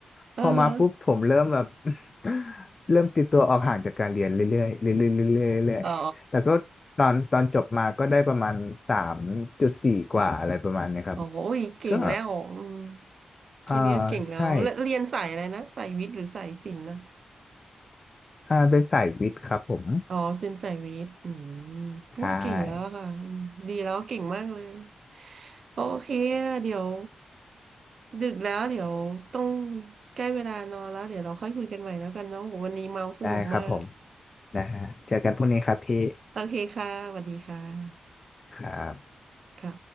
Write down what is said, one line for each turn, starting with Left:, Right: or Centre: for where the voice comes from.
Right: เออ
Left: พอมาปุ๊บผมเริ่มแบบ <laughs> เริ่มติดตัวออกห่างจากการเรียนเรื่อยๆเรื่อยๆเรื่อยๆเรื่อยๆแต่ก็ตอนตอนจบมาก็ได้ประมาณสามจุดสี่กว่าอะไรประมาณเนี้ยครับ
Right: อ๋อโอ้ยเก่งแล้วอืม
Left: ก็
Right: แค่นี้ก็เก่งแล้วแล้วเรียนสายอะไรนะสายวิทย์หรือสายศิลป์นะ
Left: เออใช่อ่าเป็นสายวิทย์ครับผม
Right: อ๋อศิลป์สายวิทย์อืมอุ้ยเก่งแล้วอะค่ะอืมดีแล้วเก่งมากเลย
Left: ใช่
Right: โอเคเดี๋ยว ดึกแล้วเดี๋ยวต้องใกล้เวลานอนแล้วเดี๋ยวเราค่อยคุยกันใหม่แล้วกันเนาะโหวันนี้เมาสนุกมาก
Left: ได้ครับผมนะฮะเจอกันพรุ่งนี้ครับพี่
Right: <laughs> โอเคค่ะสวัสดีค่ะ
Left: ครับ
Right: ค่ะ